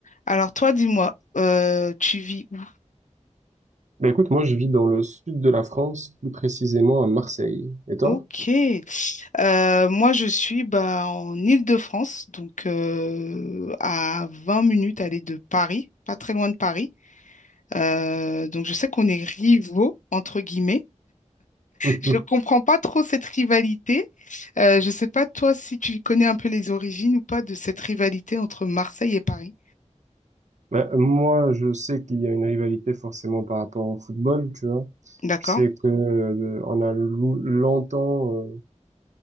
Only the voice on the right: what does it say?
Ben écoute, moi je vis dans le sud de la France, plus précisément à Marseille. Et toi?
<laughs>
Ben, moi, je sais qu'il y a une rivalité forcément par rapport au football, tu vois.
Je sais que euh, on a lou- longtemps euh,